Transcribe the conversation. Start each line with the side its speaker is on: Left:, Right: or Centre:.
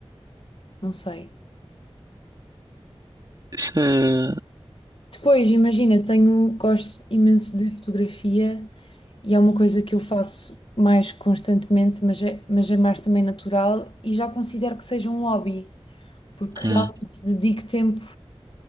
Left: Não sei.
Right: Isso é-
Left: Depois, imagina, tenho, gosto imenso de fotografia e é uma coisa que eu faço mais constantemente, mas é, mas é mais também natural e já considero que seja um hobby, porque
Right: Hum.
Left: realmente dedico tempo,